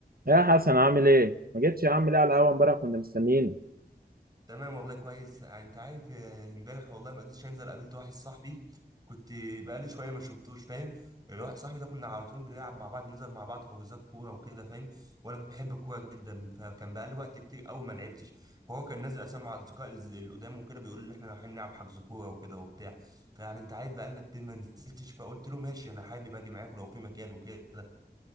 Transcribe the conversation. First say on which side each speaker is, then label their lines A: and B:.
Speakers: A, on the right (about 60°); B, on the right (about 25°).
A: يا حسن عامل ايه؟ ما جيتش يا عم ليه على القهوه امبارح كنا مستنيينك
B: تمام والله كويس آه، انت عارف آه، امبارح والله ما قدرتش انزل قابلت واحد صاحبي كنت بقالي شويه ما شفتوش فاهم الواحد صاحبي ده كنا على طول بنلعب مع بعض ننزل مع بعض حجوزات كوره وكده فاهم وانا بحب الكوره جدا فكان بقالي وقت كتير قوي ما لعبتش وهو كان نازل اسامي مع اصدقاء الز- القدام وكده بيقول لي احنا رايحين نلعب حجز كوره وكده وبتاع فيعني انت عارف بقالنا كتير ما نزلتش فقلت له ماشي انا حابب اجي معاك لو في مكان وكده